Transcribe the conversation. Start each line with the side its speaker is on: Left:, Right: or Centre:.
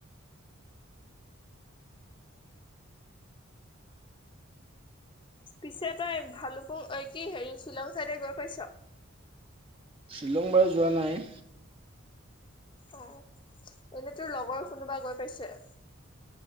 Left: পিছে তই ভালুপুং ঐ কি হেৰি শ্বিলং চাইদে গৈ পাইছ?
Right: শ্বিলং বাৰু যোৱা নাই।
Left: অঁ এনেই তোৰ লগৰ কোনোবা গৈ পাইছে?